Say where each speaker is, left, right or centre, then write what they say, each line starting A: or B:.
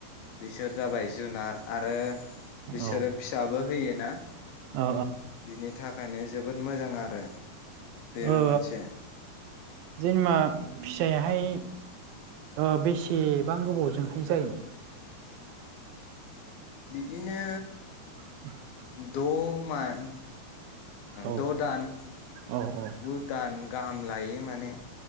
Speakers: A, on the left; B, on the right.
A: बिसोर जाबाय जुनार आरो बिसोरो
B: औ
A: फिसाबो होयोना
B: औ
A: बिनि थाखाय खायनो जोबोद मोजां आरो। बेबो
B: ओ
A: मोनसे
B: जेनेबा फिसायाहाय ओ बेसेबां गोबावजोंहाय जायो?
A: बिदिनो
B: <inaudible>
A: द' मान
B: औ
A: द' दान
B: औ औ
A: गु दान गाहाम लायो माने।